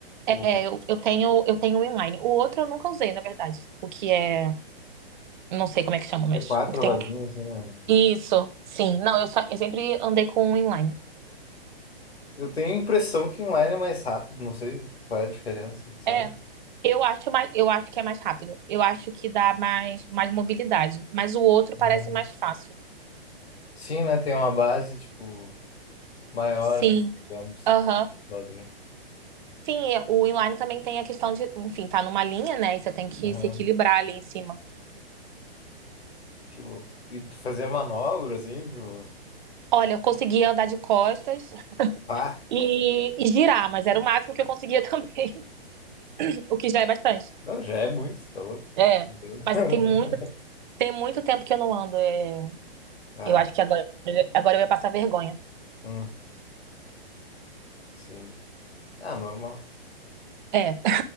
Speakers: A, on the left (about 80°); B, on the right (about 50°).
A: ou
B: É, eu, eu tenho, eu tenho um inline. O outro eu nunca usei, na verdade. O que é. eu Não sei como é que chama, mas.
A: é quatro
B: O que tem.
A: rodinhas, assim, né?
B: Isso, sim. Não, eu, só, eu sempre andei com um inline.
A: Eu tenho a impressão que inline é mais rápido, não sei qual é a diferença, sabe?
B: É, eu acho mais, eu acho que é mais rápido. Eu acho que dá mais, mais mobilidade. Mas o outro
A: Uhum.
B: parece mais fácil.
A: Sim, né? Tem uma base, tipo, maior,
B: Sim.
A: assim, digamos.
B: Aham.
A: Claudinho.
B: Sim, é, o inline também tem a questão de, enfim, tá numa linha, né? E você tem que
A: Aham,
B: se equilibrar ali em cima.
A: Que louco. E tu fazia manobra, assim, tipo,
B: Olha, eu conseguia andar de costas <laughs>
A: pá.
B: e, e girar, mas era o máximo que eu conseguia também, <laughs> o que já é bastante.
A: Não, já é muito, tá louco?
B: É,
A: <laughs>
B: mas tem muito, tem muito tempo que eu não ando. é.
A: Ah,
B: eu acho que agora, agora eu ia passar vergonha.
A: hum, sim. Ah, normal.
B: É,